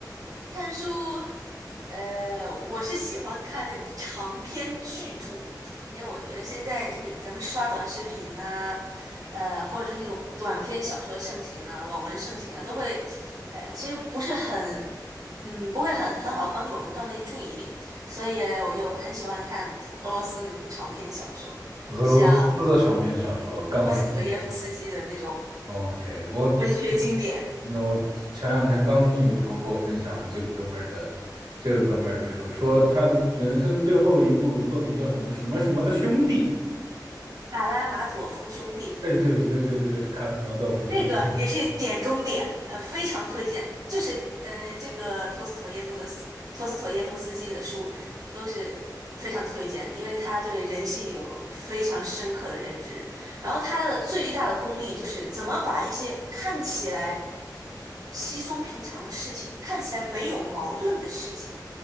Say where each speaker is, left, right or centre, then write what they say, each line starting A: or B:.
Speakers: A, on the right; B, on the right.
A: 看书，呃，我是喜欢看那种长篇巨著，因为我觉得现在就是咱们刷短视频啊，呃，或者是那种短篇小说盛行啊，网文盛行啊，都会，呃，其实不是很，嗯，不会很很好帮助我们锻炼注意力，所以我就很喜欢看俄罗斯那种长篇小说，
B: 俄罗斯的长篇小说，
A: 像
B: 钢铁人
A: 波斯妥耶夫斯基的那种
B: OK，我
A: 文学经典
B: 那我前两天刚听一个朋友给我分享这个哥们儿的，这个哥们儿的书，说他的人生最后一部作品叫什么什么什么的兄弟。
A: 《卡拉马佐夫兄弟》。
B: 哎，对对对对，是卡拉马佐夫兄弟。
A: 那个也是点中点，呃，非常推荐。就是呃，这个托斯妥耶夫的斯托斯妥耶夫斯基的书都是非常推荐，因为他对人性有非常深刻的认知。然后他的最大的功力就是怎么把一些看起来稀松平常的事情，看起来没有矛盾的事情，